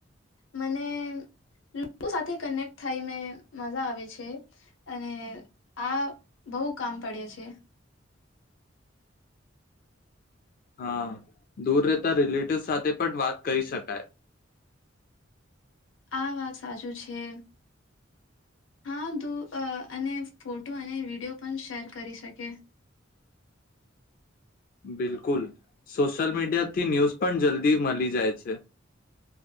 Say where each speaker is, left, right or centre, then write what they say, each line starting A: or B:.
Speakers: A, on the left; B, on the left.
A: મને લોકો સાથે કનેક્ટ થઈ મે મજા આવે છે, અને આ બહુ કામ પડે છે.
B: હા, દૂર રહેતા રિલેટિવ સાથે પણ વાત કરી શકાય.
A: આ વાત સાચું છે. હા દું અને ફોટો અને વિડીયો પણ શેર કરી શકે.
B: બિલકુલ, સોશિયલ મીડિયાથી ન્યૂઝ પણ જલ્દી મલી જાય છે.